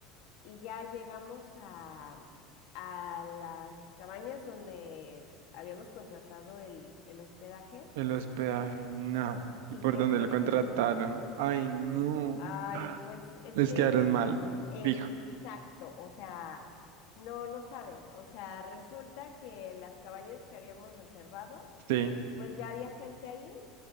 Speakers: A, on the left (about 60°); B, on the right (about 75°).
A: Y ya llegamos a, a las cabañas donde habíamos contratado el, el hospedaje.
B: El hospedaje, no. ¿Y
A: ¿Y
B: por
A: qué
B: dónde
A: crees?
B: lo contrataron? Ay, no.
A: Ay,
B: Ah,
A: pues es
B: Les
A: que
B: quedaron mal,
A: exacto,
B: fijo.
A: o sea, no, no sabes. O sea, resulta que las cabañas que habíamos reservado,
B: Sí.
A: pues ya había gente ahí.